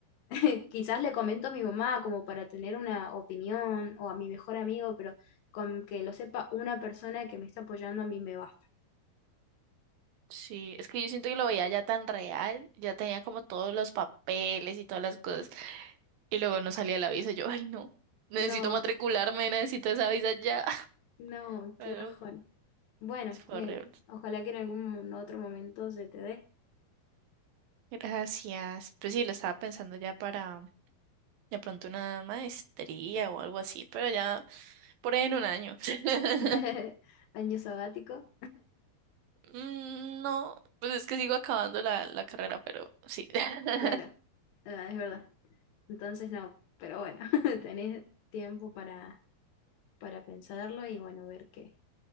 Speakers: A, on the left; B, on the right.
A: <laughs> Quizás le comento a mi mamá como para tener una opinión o a mi mejor amigo, pero con que lo sepa una persona que me está apoyando a mí me basta.
B: Sí, es que yo siento que lo veía ya tan real, ya tenía como todos los papeles y todas las cosas. Y luego no salía la visa. Yo, ay, no, necesito
A: No,
B: matricularme, necesito esa visa ya. <laughs>
A: no,
B: Pero
A: qué bajón. Bueno,
B: pues, fue
A: eh,
B: horrible.
A: ojalá que en algún otro momento se te dé.
B: Gracias. Pues sí, lo estaba pensando ya para de pronto una maestría o algo así, pero ya por ahí en un año. <laughs>
A: <laughs> Año sabático,
B: Mm, No, pues es que sigo acabando la, la carrera, pero sí. <laughs>
A: claro, ah, es verdad. Entonces no, pero bueno, <laughs> tenés tiempo para, para pensarlo y bueno, ver qué.